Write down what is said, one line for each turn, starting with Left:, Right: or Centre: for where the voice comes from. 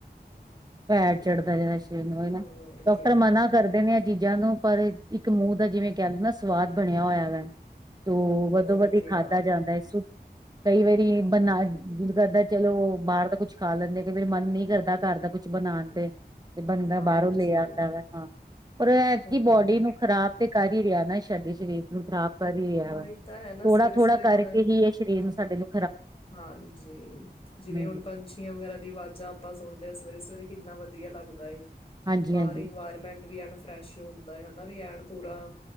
Right: ਫੈਟ ਚੜ੍ਹਦਾ ਜਿਹੜਾ ਸਰੀਰ ਨੂੰ ਨਾ
Left: ਹੋਰ
Right: ਡਾਕਟਰ
Left: ਕਿਆ
Right: ਮਨਾ ਕਰਦੇ ਨੇ ਚੀਜ਼ਾਂ ਨੂੰ ਪਰ ਇੱਕ ਮੂੰਹ ਦਾ ਜਿਵੇਂ ਕਹਿ ਲਓ ਨਾ ਸਵਾਦ ਬਣਿਆ ਹੋਇਆ ਵਾ ਤੋ
Left: ਹੋਰ
Right: ਵਧੋ ਵਧੀ
Left: ਕਿਆ
Right: ਖਾਦਾ ਜਾਂਦਾ ਕਈ ਵਾਰੀ ਬਨਾ ਜ ਕਰਦਾ, ਚਲੋ ਬਾਰ ਦਾ ਕੁੱਛ ਖਾ ਲੈਂਦੇ। ਕਈ ਵਾਰੀ ਮਨ ਨਈ ਕਰਦਾ ਘਰ ਦਾ ਕੁਛ ਬਣਾਣ ਤੇ। ਤੇ ਬੰਦਾ
Left: ਹਾਂਜੀ,
Right: ਬਾਰੋਂ ਲੈ ਆਂਦਾ ਵਾ। ਹਾਂ, ਪਰ ਐਤਕੀ
Left: ਹੋਰ
Right: ਬੋਡੀ ਨੂੰ
Left: ਕਿਆ
Right: ਖਰਾਬ ਤੇ ਕਰ ਹੀ ਰਿਹਾ ਨਾ। ਸਾਡੇ ਸਰੀਰ ਨੂੰ ਖਰਾਬ ਕਰ ਹੀ ਰੇਹਾ
Left: ਉਹੀ
Right: ਵਾ। ਥੋੜਾ,
Left: ਤਾਂ ਹੈ ਨਾ ਸਵੇਰੇ-ਸਵੇਰੇ
Right: ਥੋੜਾ ਕਰਕੇ
Left: ਹੁਣ
Right: ਹੀ ਏ ਸਰੀਰ ਨੂੰ ਸਾਡੇ ਨੁੰ
Left: ਹਾਂਜੀ, ਜਿਵੇਂ
Right: ਹਮ
Left: ਹੁਣ ਪੰਛੀਆਂ ਵਗੈਰਾ ਦੀ ਵਾਜ਼ਾਂ ਆਪਾਂ ਸੁਣਦੇ ਹਾਂ ਸਵੇਰੇ-ਸਵੇਰੇ ਕਿੰਨਾ ਵਧੀਆ ਲੱਗਦਾ ਏ।
Right: ਹਾਂਜੀ
Left: ਬਾਰ
Right: ਹਾਂਜੀ
Left: ਇਨਵਾਇਰਮੈਂਟ ਵੀ ਆ ਫਰੈਸ਼ ਹੁੰਦਾ ਏ, ਹੇਨਾ ਵੀ ਐਨ ਪੂਰਾ